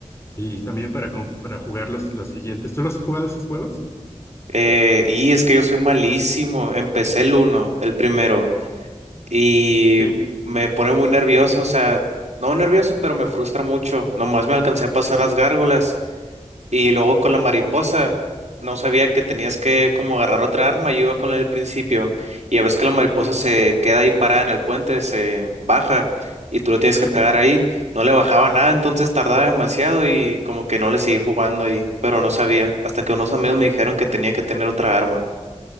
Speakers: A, on the left; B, on the right.
A: y también para, com- para jugar los, los siguientes. ¿Tú los has jugado esos juegos?
B: Eh, y es que yo soy malísimo. Empecé el uno, el primero, y
A: Sí,
B: me pone muy nervioso, o sea, no nervioso, pero me frustra mucho. Nomás me alcancé a pasar las gárgolas y luego con la mariposa. No sabía que tenías que como agarrar otra arma. Yo iba con la del principio y a veces que la mariposa se queda ahí parada en el puente, se baja y tú lo tienes
A: sí.
B: que pegar ahí. No le bajaba nada, entonces tardaba demasiado y como que no le seguí jugando ahí, pero no sabía, hasta que unos amigos me dijeron que tenía que tener otra arma.